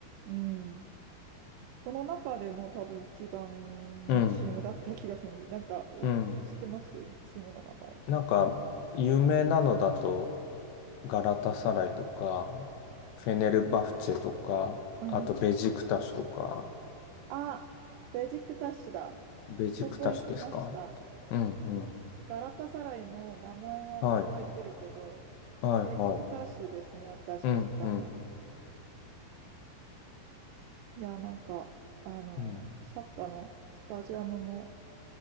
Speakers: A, on the right (about 80°); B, on the left (about 80°).
A: うんその中でも多分一番のチームだった気がするんです。
B: うん。
A: なんか、お、
B: うん。
A: 知ってますチームの名前。
B: なんか、有名なのだと、ガラタサライとか、フェネルバフチェとか、
A: うん。
B: あとベジクタシとか、
A: あ、ベジックタッシュだ。
B: ベジクタシですか
A: そこ行きました。
B: うんうん。
A: ガラタサライも名前は覚えてるけど、
B: はい。はいはい。
A: ベジックタッシュですね、私が行ったの。
B: うんうん。
A: いや、なんか、あの、
B: うん。
A: サッカーのスタジアムも、